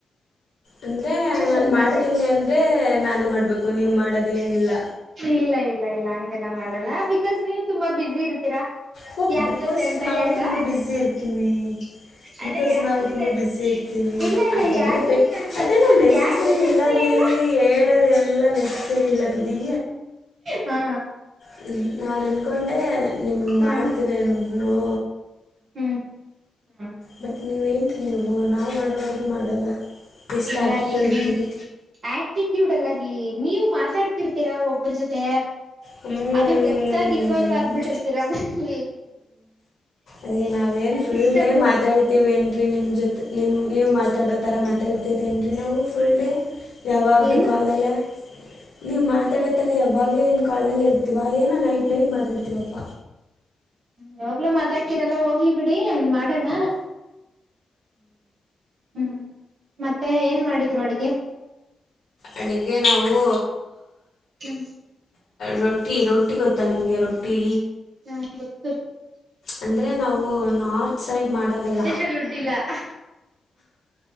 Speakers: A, on the left (about 80°); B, on the right (about 60°).
A: ಅಂದ್ರೆ ನಾನು
B: ಸುಮ್ನೆ
A: ಮಾಡ್ತೀನಿ
B: ಅದೇ
A: ಅಂದ್ರೆ ನಾನೇ ಮಾಡ್ಬೇಕು ನೀವು ಮಾಡೋದೇಏನಿಲ್ಲ.
B: ಇಲ್ಲ ಇಲ್ಲ ಇಲ್ಲ ಹಗೆಲ್ಲ ಮಾಡಲ್ಲ ಬಿಕಾಸ್ ನೀವ್ ತುಂಬಾ ಬಿಸಿ ಇರ್ತೀರಾ.
A: ಹ
B: ಯಾರ್
A: ಬಿಕಾಸ್
B: ಜೊತೆ ಅಂತ
A: ನಾವು
B: ಹೇಳ
A: ತುಂಬಾ ಬುಸಿ ಇರ್ತೀವಿ.
B: ಅಲ್ಲ
A: ಬಿಕಾಸ್
B: ಯಾರ್
A: ನಾವು
B: ಜೊತೆ
A: ತುಂಬಾ ಬಸಿ ಇರ್ತೀನಿ
B: ಇಲ್ಲ ಇಲ್ಲ
A: ಅದೆಲ್ಲ
B: ಯಾರ್
A: ಬ.
B: ಜೊತೆ ಅಂತ
A: ಅದೆೇಲ್ಲ ನೆಸಸರಿ
B: ಯಾರ್ ಜೊತೆ
A: ಇಲ್ಲ
B: ಅಂತ
A: ರೀ
B: ಹೇಳ
A: ಹೇಳೋದೆ ಎಲ್ಲ ನೆಸಸರಿ ಇಲ್ಲ ಬಿಡಿ.
B: ಹಾ
A: ಹ ನಾನು ಅನ್ಕೊಂಡೆ ನಿಮ್ಗೆ
B: ಹಾ
A: ಮಾಡ್ತಿರೇನೋ.
B: ಹ್ಮ್ ಹ್ಮ್
A: ಬಟ್ ನೀವೇನ್ರಿ ನೀವು ನಾವು ಮಾಡೋವರೆಗೂ ಮಾಡಲ್ಲ ಎಸ್ಟ್
B: ಇಲ್ಲ
A: ಆಟಿಟ್ಯೂಡ್
B: ರೀ ನೀವು
A: ಇದ್ದೀವಿ.
B: ಆಟಿಟ್ಯೂಡ್ ಅಲ್ಲ ರೀ ನೀವ್ ಮಾತಾಡ್ತಿರ್ತೀರಾ ಒಬ್ಬ್ರ ಜೊತೆ.
A: ಹ್ಮ್
B: ಅದು ಡೆಪ್ಟ ಆಗಿ ಇನ್ವಾಲ್ವ್ ಆಗ್ಬಿಟ್ಟಿರ್ತೀರಾ ಅಲ್ಲಿ.
A: ಅರಿ ನಾವೇನ್ ಫುಲ್
B: ಡಿಸ್ಟರ್ಬ್
A: ಡೇ ಮಾತಾಡ್ತಿವಿ ಏನ್ರೀ ನಿಮ ಜೊತೆ. ನಿಮ್ಮ ನೀವು ಮಾತಾಡೋ ಥರ ಮಾತಾಡ್ತೀರೇನು ರಿ ನಾವು ಫುಲ್ ಡೇ. ಯಾವಾಗಲೂ
B: ಏನು
A: ಕಾಲ್ ಅಲ್ಲೇ ನೀವು ಮಾತಾಡತ್ತರ ಯಾವಾಗಲೂ ಏನು. ಕಾಲ್ ಅಲ್ಲೇ ಇರ್ತೀವ ಏನೋ ನೈಟ್ ನೈಟ್ ಮಾತಾಡ್ತೀವಪ್ಪ.
B: ಯಾವಾಗಲ ಮಾತಾ. ರೆಲ್ಲ ಹೋಗ್ಲಿ ಬಿಡಿ ಮಾಡೋಣ. ಹ್ಮ್ ಮತ್ತೆ ಏನ್ ಮಾಡಿದ್ರು ಅಡ್ಗೆ.
A: ಅಡುಗೆ ನಾವು.
B: ಕೆ <unintelligible>
A: ರೊಟ್ಟಿ ರೊಟ್ಟಿ ಗೊತ್ತಾ ನಿಮಗೆ ರೊಟ್ಟಿ.
B: ಹ್ಮ ಗೊತ್ತು ರಿ.
A: ಅಂದರೆ ನಾವು ನಾರ್ತ್ ಸೈಡ್ ಮಾಡೋದಲ್ಲ.
B: ಇಟ್ಟಿಲ್ಲ. <unintelligible>